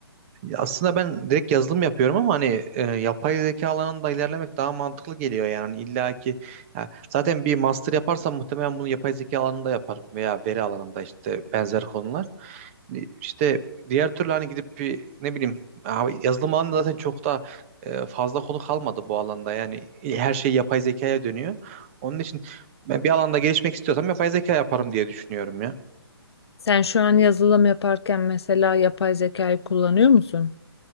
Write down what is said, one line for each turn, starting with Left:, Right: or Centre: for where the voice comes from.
Right: Aslında ben direkt yazılım yapıyorum ama hani e, yapay zeka alanında ilerlemek daha mantıklı geliyor yani Hani illa ki ya zaten bir master yaparsam muhtemelen bunu yapay zeka alanında yaparım veya veri alanında işte benzer konular. İşte diğer türlü hani gidip bir ne bileyim abi yazılım alanında zaten çok da e, fazla konu kalmadı bu alanda. Yani e, her şey yapay zekaya dönüyor. Onun için ben bir alanda gelişmek istiyorsam yapay zeka yaparım diye düşünüyorum ya.
Left: Sen şu an yazılım yaparken mesela yapay zekayı kullanıyor musun?